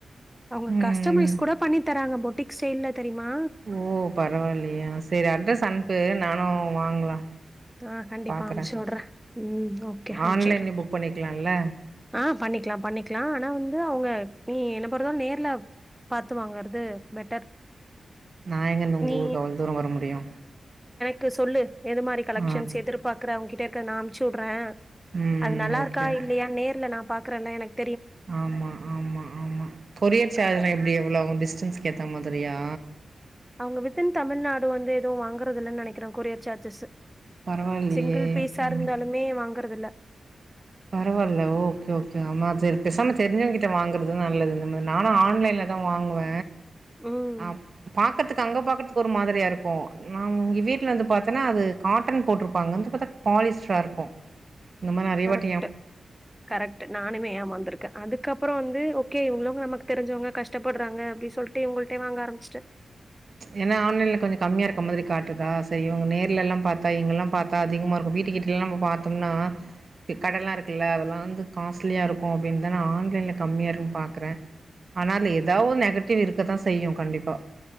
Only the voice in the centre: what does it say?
அவங்க
கஸ்டமைஸ் கூட பண்ணி தராங்க போ ட்டிக் ஸ்டைல்ல தெரியுமா
ஆஹ் கண்டிப்பா
அனுப்சு விடுற ம் ஓகே அனுப்சு
விடுற
ஆஹ் பண்ணிக்கலா பண்ணிக்கலா ஆனா வந்து அவுங்க நீ என்ன போறதாலு நேருல பாத்து வாங்கறது பெட்டர்
நீ
கு சொல்லு எது மாரி க லெக்ஷன்ஸ்
எதிர்பாக்கற அவுங்கிட்ட இரு க்க நா அனுப்ச் சு வுடுற
அது நல்லா
இருக்கா
இல்லையா நேருல நா பா க்குற நா எனக்
அத
அவுங்க வித்தின் தமிழ்நாடு வந்து எதுவூ வாங்கறது இல்லன்னு நினைக்கிற கொரியர் சார்ஜஸு
சிங்கிள் பீஸா
இருந்தாலுமே வாங்கறது இல்ல
ம்.
ட்டு கரக்ட்டு நானுமே ஏமாந்ருக்க அதுக்கப்றோ வந்து ஒ கே இவுங்களு நமக்கு தெரிஞ்சவங்க கஷ்டப்பட்றாங்க அப்டி சொல்ட்டு இவங்கள்ட்டயே வாங்க ஆரம்பிச்சிட்ட